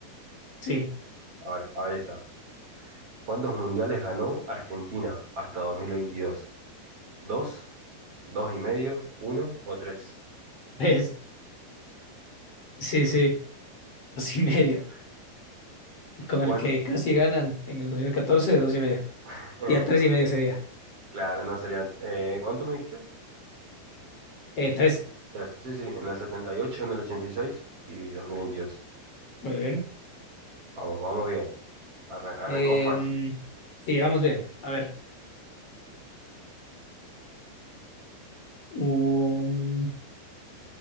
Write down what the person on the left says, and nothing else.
sí.
Es, sí, sí. Dos y medio. Con
el que casi ganan en el 2014, dos y medio.
Ya tres y medio sería.
Eh, tres.
Muy bien.
Eh,
sí, vamos bien. A ver. Um,